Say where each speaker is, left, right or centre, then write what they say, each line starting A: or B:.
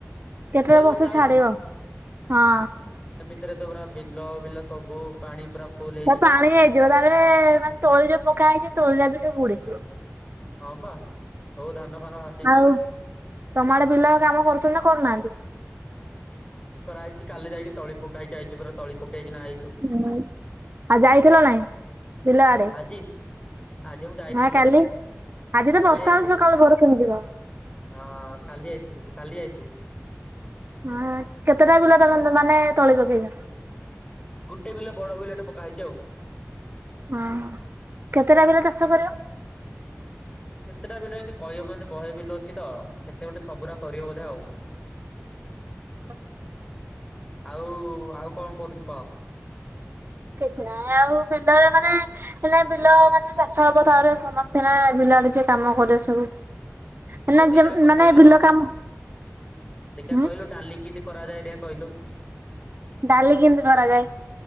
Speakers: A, on the right; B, on the left.
A: କେତେବେଳେ
B: ଜୋରେ
A: ବର୍ଷା
B: ହଉଛି?
A: ଛାଡିବ? ହଁ।
B: ରେ ତ ପୁରା ବିଲ ବିଲ ସବୁ। ପାଣି ପୁରା ଫୁଲ୍।
A: ପାଣି ହେଇଯିବ ତାରେ ମାନେ ତଳି ଯୋଉ ପକା ହେଇଛି ତଳିଟା ବି ସବୁ ଉୁଡିଯିବ।
B: ହଁ ପା ସବୁ ଧାନ ଫାନ ଭା
A: ଆଉ ତମଆଡେ ବିଲ କାମ କରୁଛନ୍ତି ନା କରୁନାହାନ୍ତି?
B: କରାହେଇଛି କାଲି ଯାଇକି ତଳି ପକାଇକି ଆଇଛୁ ପରା ତଳି ପକେଇ କିନା ଆଇଛୁ।
A: ହୁଁ ଆଉ ଯାଇଥିଲ ନାାଇଁ ବିଲ ଆଡେ।
B: ଆଜି ଆଜି ଯ ମୁଁ ଯାଇନି
A: ହଁ
B: ବିଲ
A: କାଲି
B: ଆଡେ।
A: ଆଜି ତ
B: କାଲି
A: ବର୍ଷା
B: ଯାଇଥିଲି
A: ହଉଛି ସକାଳୁ ଭୋରୁ କେମିତି କଣ
B: ହଁ କାଲି ଯାଇଥିଲି କାଲି ଯାଇଥିଲି।
A: ହଁ କେତେଟା ବିଲ ତମେ ମାନେ ତଳି ପକେଇଲ?
B: ଗୋଟେ ବିଲ ବଡ ବିଲଟେ ପକା ହେଇଛି ଆଉ।
A: ଓ କେତେଟା ବିଲ ଚାଷ କରିବ?
B: କେତେଟା ବିଲ ଏମିତି କହିହବନି ବହେ ବିଲ ଅଛି ତ କେତେ ଗୋଟେ ସବୁରା କରିିବ ବଧେ ଆଉ।
A: ହ ହ
B: ଆଉ ଆଉ କଣ କରୁଚୁ କହ।
A: କିଛି ନାହିଁ ଆଉ ପିଲାଳେ ମାନେ- - ହେଲେ ବିଲ ମାନେ ଚାଷ ହବ ତାହରେ ସମସ୍ତେ ହେ ବିଲ ଆଡେ ଯ କାମ କରିବେ ସବୁ ମାନେ
B: ହଉ ଦେଖିଆ କହିଲ
A: ମାନେ ବିଲ କାମ
B: ଦେଖିଆ
A: ଉଁ
B: କହିଲୁ ଡାଲି କେମିତି କରାଯାଏ ଦେଖିଆ କହିଲୁ।
A: ଡାଲି କେମିତି କରାଯାଏ।